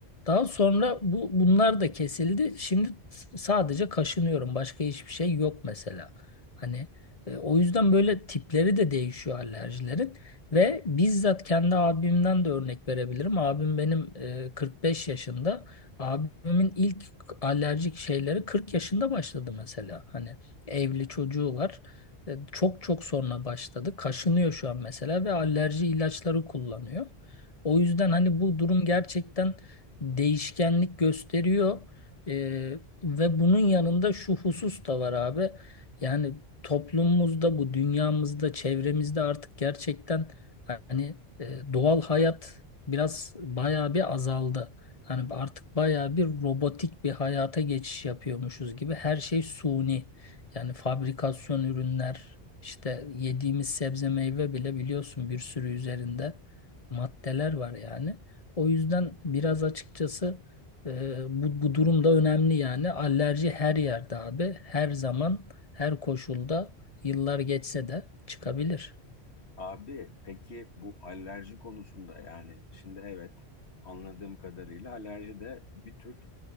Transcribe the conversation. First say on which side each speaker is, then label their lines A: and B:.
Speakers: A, on the left; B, on the left.
A: Daha sonra bu bunlar da kesildi. Şimdi s- sadece kaşınıyorum. Başka hiçbir şey yok mesela. Hani e, o yüzden böyle tipleri de değişiyor alerjilerin ve bizzat kendi abimden de örnek verebilirim. Abim benim e, 45 yaşında. Abimin ilk alerjik şeyleri 40 yaşında başladı mesela. Hani evli çocuğu var. E, Çok çok sonra başladı. Kaşınıyor şu an mesela ve alerji ilaçları kullanıyor. O yüzden hani bu durum gerçekten değişkenlik gösteriyor. E, ve bunun yanında şu husus da var abi. Yani toplumumuzda, bu dünyamızda, çevremizde artık gerçekten hani e, doğal hayat biraz bayağı bir azaldı. Hani artık bayağı bir robotik bir hayata geçiş yapıyormuşuz gibi. Her şey suni. Yani fabrikasyon ürünler, işte yediğimiz sebze meyve bile biliyorsun bir sürü üzerinde maddeler var yani. O yüzden biraz açıkçası e, bu, bu durum önemli yani. Alerji her yerde abi, her zaman, her koşulda, yıllar geçse de çıkabilir.
B: Abi peki bu alerji konusunda yani şimdi evet anladığım kadarıyla alerji de bir tür